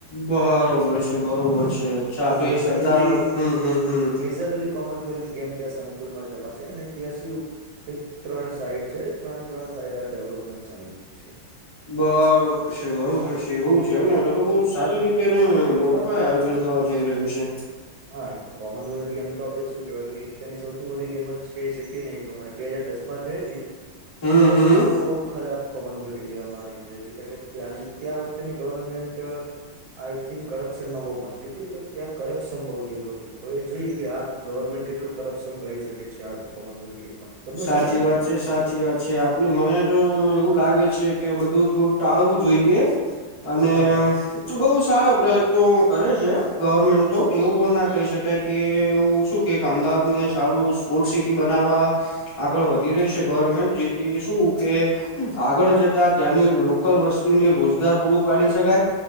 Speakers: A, on the left; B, on the right.
A: બરોબર છે, બરોબર
B: હા
A: છે, અચ્છા તો
B: મેજરલી
A: એ સરદાર, હમ્મ-હમ્મ.
B: મેજરલી કોમનવેલ્થ ગેમ ત્યાં સંકુલમાં જ રમાશે, અને ત્યાં સ્યું કે ત્રણ સાઈડ છે ત્રણેય ત્રણ સાઈડ આ ડેવલપમેન્ટ ચાલી રહ્યું છે.
A: બરોબર. છે, બરોબર છે, એવું છે એમને. તો-તો બહું સારી રીતે અને મોટા પાયે આયોજન થવા જઈ રહ્યું છે.
B: હા એ કોમનવેલ્થ ગેમ તો આપણે શું કેહેવાય કે એશિયાની સૌથી મોટી ગેમ જ કહી શકીએ ને એ પ્રમાણે બે હાજર દસ માં થઈ હતી
A: હમ
B: બે હાજર
A: હમ
B: દસ માં બઉુ ખરાબ કોમન વેલ્થ ઇન્ડિયામાં યોજાઈ તી, કારણ કે ત્યાંની ત્યાં વખતેની ગવર્મેન્ટ આઈ થિંક કરપ્શન માં બહું માનતી તી એટલે ત્યાં કરપ કરપ્શન બહુ થયેલું હતું, હવે જોઈએ કે આ ગવર્મેન્ટ કેટલું કરપ્શન કરી શકે છે, આ કોમનવેલ્થ ગેમમાં. તમને
A: સાચી
B: શું લાગે
A: વાત છે, સાચી વાત છ આપ મને તો એવું લાગે છે કે બધું થોડું ટાળવું જોઈએ. અને
B: હા હા
A: તું બહુ સારા પ્રયત્નો કરે છે. ગવર્મેન્ટ
B: બરાબર
A: તો એવું પણ ના કહી શકાય કે એવું શું કે અમદાવાદ ને સારું સ્પોર્ટ સિટી બનાવવા આગળ વધી રહી છે ગવર્મેન્ટ જેથી શું કે આગળ જતા ત્યાંની લોકલ વસ્તુ ને રોજગાર પૂરું પાડી શકાય.